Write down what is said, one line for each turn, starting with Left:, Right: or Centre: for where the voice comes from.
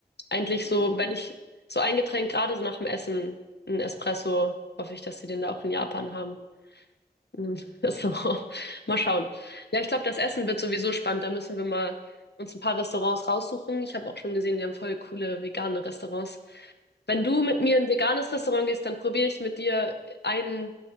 Left: eigentlich
Right: Auf jeden
Left: so,
Right: Fall.
Left: wenn ich so ein Getränk gerade so nach dem Essen, ein Espresso, hoffe ich, dass sie den da auch in Japan haben. In einem <laughs> Restaurant. Mal schauen. Ja, ich glaube, das Essen wird sowieso spannend. Da müssen wir mal uns ein paar Restaurants raussuchen. Ich habe auch schon gesehen, die haben voll coole vegane Restaurants. Wenn du
Right: Pui.
Left: mit mir in ein veganes Restaurant gehst, dann probiere ich mit dir ein